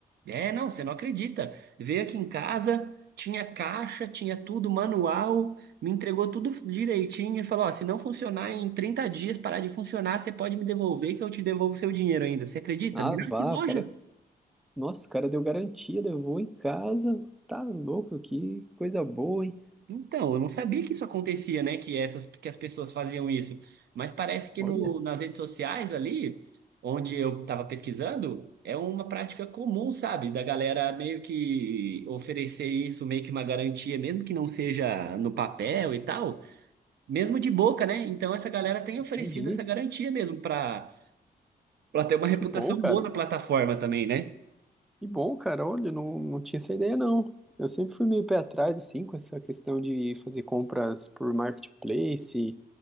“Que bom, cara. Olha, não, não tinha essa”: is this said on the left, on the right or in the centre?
Centre